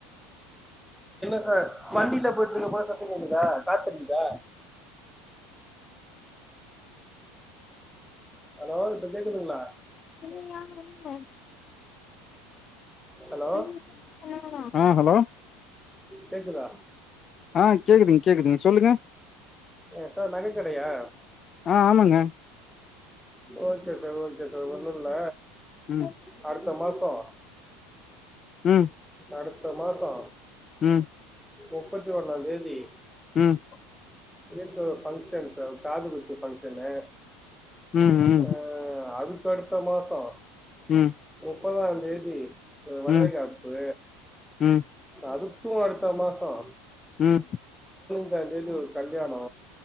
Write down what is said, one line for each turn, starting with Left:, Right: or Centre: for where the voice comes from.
Centre: ஆ வண்டில போய்ட்டு <unintelligible> இப்ப கேக்குதா காத்தடிக்குதா ஹலோ இப்ப கேக்குதுங்ளா
Left: <unintelligible>
Centre: ஹலோ
Left: <unintelligible> ஆ ஹலோ
Centre: கேக்குதா
Left: ஆ கேக்குதுங் கேக்குதுங் சொல்லுங்க
Centre: ஆ சார் நகை கடையா
Left: ஆ ஆமாங்க
Centre: ஓகே சார் ஓகே சார் ஒண்ணுல்ல
Left: ம்
Centre: அடுத்த மாசோ
Left: ம்
Centre: அடுத் த மாசோ
Left: ம்
Centre: முப்பத்தி ஒண்ணாந் தேதி
Left: ம்
Centre: வீட்ல ஒரு ஃபங்கஷன் சார் காது குத்து ஃபங்க்ஷனு
Left: ம் ம்
Centre: அ அது கடுத்த மாசோ
Left: ம்
Centre: முப்பதாந் தேதி வளைகாப்பு
Left: ம் ம்
Centre: அதுப் து அடுத்த மாசோ
Left: உம்
Centre: <unintelligible> கல்யாணோ